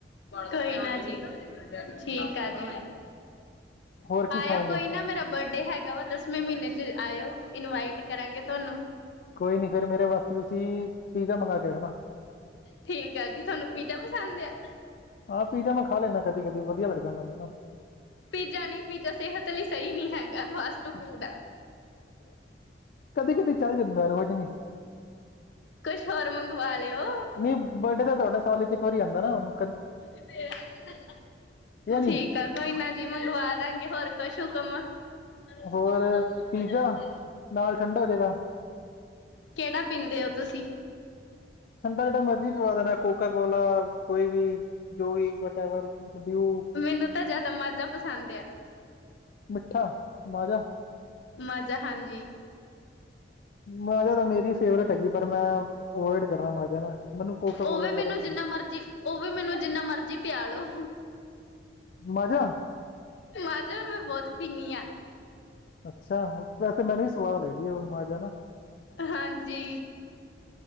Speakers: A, on the left; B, on the left.
A: ਕੋਈ ਨਾ ਜੀ, ਠੀਕ ਆ ਜੀ।
B: ਹੋਰ ਕੀ
A: ਆਇਓ
B: ਖਾਉਗੇ?
A: ਕੋਈ ਨਾ ਮੇਰਾ ਬਰਡੇ ਹੈਗਾ ਵਾ। ਦਸਵੇਂ ਮਹੀਨੇ ਚ ਆਇਓ ਇਨਵਾਈਟ ਕਰਾਂਗੇ ਤੁਹਾਨੂੰ
B: ਕੋਈ ਨੀ ਫੇਰ ਮੇਰੇ ਵਾਸਤੇ ਤੁਸੀਂ ਪੀਜ਼ਾ ਮੰਗਵਾ ਕੇ ਰੱਖਣਾ।
A: ਠੀਕ ਆ। ਜੀ ਤੁਹਾਨੂੰ ਪੀਜ਼ਾ ਪਸੰਦ ਆ?
B: ਹਾਂ ਪੀਜ਼ਾ ਮੈਂ ਖਾ ਲੈਂਦਾ ਕਦੀ, ਕਦੀ ਵਧੀਆ ਲੱਗਦਾ ਮੈਨੂੰ ਨਾ।
A: ਪੀਜ਼ਾ ਨੀ ਪੀਜ਼ਾ ਸਿਹਤ ਲਈ ਸਹੀ ਨੀ ਹੈਗਾ ਫਾਸਟਫੂਡ ਐ।
B: ਕਦੇ ਕਦੀ ਚੱਲ ਜਾਂਦਾ ਵਾ ਰੋਝ ਨੀ।
A: ਕੁਛ ਹੋਰ ਮੰਗਵਾ ਲਿਓ।
B: ਨਹੀਂ ਬਰਥਡੇ ਤਾਂ ਤੁਹਾਡਾ ਸਾਲ 'ਚ ਇੱਕ ਵਾਰੀ ਆਦਾ ਨਾ ਉਹਨੂੰ
A: <inaudible>
B: ਇਹ ਨਹੀਂ
A: ਠੀਕ ਆ। ਕੋਈ ਨਾ ਜੀ। ਮੰਗਵਾ ਦਾਂਗੇ। ਹੋਰ ਕੁਛ ਹੁਕਮ। ਸਾਨੂੰ
B: ਹੋਰ
A: ਗਾਉਣ ਦਾ ਬਹੁਤ
B: ਪੀਜ਼ਾ
A: ਮਜ਼ਾ ਆਉਂਦਾ ਏ।
B: ਨਾਲ ਠੰਡਾ ਹੋਜੇ ਗਾ।
A: ਕਿਹੜਾ ਪੀਂਦੇ ਓ ਤੁਸੀਂ?
B: ਠੰਡਾ ਜਿਹੜਾ ਮਰਜੀ ਪਲਾ ਦੇਣਾ, ਕੋਕਾ ਕੋਲਾ ਕੋਈ ਵੀ। ਜੋਈ ਵਟੇਵਰ, ਡੀਊ।
A: ਮੈਨੂੰ ਤਾਂ ਜ਼ਿਆਦਾ ਮਾਜ਼ਾ ਪਸੰਦ ਇਆ।
B: ਮਿੱਠਾ ਮਾਜਾ
A: ਮਜ਼ਾ ਹਾਂਜੀ।
B: ਮਾਜ਼ਾ ਤਾਂ ਮੇਰੀ ਫੇਵਰੇਟ ਹੈਗੀ, ਪਰ ਮੈਂ ਅਵੋਇਡ ਕਰਨਾ ਮਾਜਾ ਨਾ। ਮੈਨੂੰ ਕੋਕਾ ਕੋਲਾ
A: ਉਹ ਵੀ
B: ਜ਼ਿਆਦਾ
A: ਮੈਨੂੰ
B: ਪਸੰਦ
A: ਜਿੰਨਾ ਮਰਜੀ, ਉਹ ਵੀ ਮੈਨੂੰ ਜਿੰਨਾ ਮਰਜੀ ਪਿਆ ਲੋੋ।
B: ਮਾਜ਼ਾ?
A: ਮਾਜਾ਼ ਮੈਂ ਬਹੁਤ ਪੀਂਨੀ ਹਾਂ।
B: ਅੱਛਾ ਵੈਸੇ ਮੈਨੂੰ ਵੀ ਸਵਾਦ ਲੱਗਦੀ ਐ। ਮਾਜਾ਼ ਨਾ।
A: ਹਾਂਜੀ।